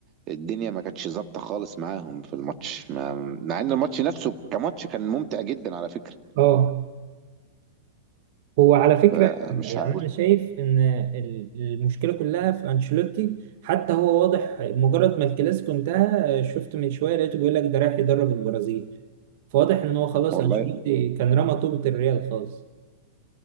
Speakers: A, on the right; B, on the right.
A: الدنيا ما كانتش ظابطه خالص معاهم في الماتش ما... مع ان الماتش نفسه كماتش كان ممتع جدا على فكره
B: اه هو على فكرة
A: فمش
B: يعني
A: عارف
B: أنا شايف إن ال- المشكلة كلها في أنشيلوتي حتى هو واضح مجرد ما الكلاسيكو انتهى آه، شفت من شوية لقيته بيقول لك ده رايح يدرب البرازيل فواضح إن هو خلاص
A: والله
B: أنشيلوتي كان رمى طوبة الريال خالص